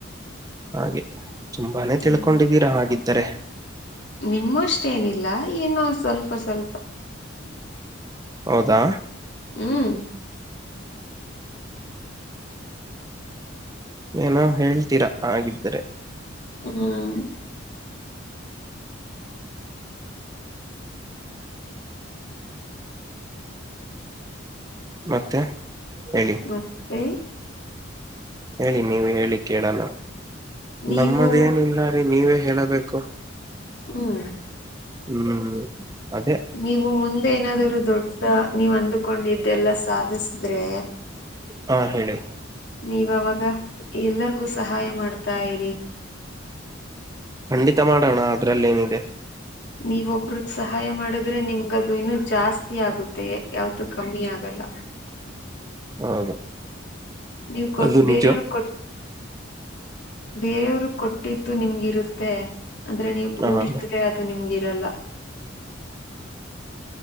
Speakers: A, on the right; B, on the left.
A: ಹಾಗೆ ತುಂಬಾನೇ ತಿಳ್ಕೊಂಡಿದ್ದೀರಾ
B: ಹ್ಮ್
A: ಹಾಗಿದ್ದರೆ
B: ನಿಮ್ಮ ಅಷ್ಟೇನಿಲ್ಲ ಏನೋ ಸ್ವಲ್ಪ ಸ್ವಲ್ಪ
A: ಹೌದಾ
B: ಹ್ಮ್
A: ಏನೋ ಹೇಳ್ತೀರಾ ಹಾಗಗಿದ್ದರೆ
B: ಹ್ಮ್
A: ಮತ್ತೆ ಹೇಳಿ
B: ಮತ್ತೆ
A: ಹೇಳಿ ನೀವು ಹೇಳಿ ಕೇಳಣ
B: ನೀವು
A: ನಮ್ಮದೇನಿಲ್ಲ ರೀ ನೀವೇ ಹೇಳಬೇಕು
B: ಹ್ಮ್
A: ಹ್ಮ್ ಅದೇ
B: ನೀವು ಮುಂದೆ ಏನಾದ್ರು ದೊಡ್ಡ ನೀವ ಅಂದಕೊಂಡ ಇದ್ದೆಲ್ಲಾ ಸಾಧಸಿದ್ರೆ
A: ಹಾ ಹೇಳಿ
B: ನೀವಾಗ ಎಲ್ಲರಿಗೂ ಸಹಾಯ ಮಾಡ್ತಾ ಇರಿ
A: ಖಂಡಿತ ಮಾಡೋಣ ಅದ್ರಲ್ಲೇಏನಿದೆ
B: ನೀವ ಒಬ್ರಗ ಸಹಾಯ ಮಾಡುದ್ರೆ ನಿಮ್ ಹಾಗದು ಇನ್ನು ಜಾಸ್ತಿ ಆಗುತ್ತೆಯೇ ಯಾವ್ದು ಕಮ್ಮಿ ಆಗಲ್ಲ
A: ಹೌದು
B: ನೀವ ಕೊಟ್ಟ
A: ಅದು
B: ಬೇರೆಯವ್ರ
A: ನಿಜ
B: ಕೊಟ್ಟ ಬೇರೆಯವರು ಕೊಟ್ಟಿದ್ದು ನಿಮ್ಗಿರುತ್ತೆ ಅಂದ್ರೆ ನೀವು ಕೂಡಿಟ್ರೆ
A: ಹ
B: ಅದು ನಿಮ್ಗೆರಲ್ಲ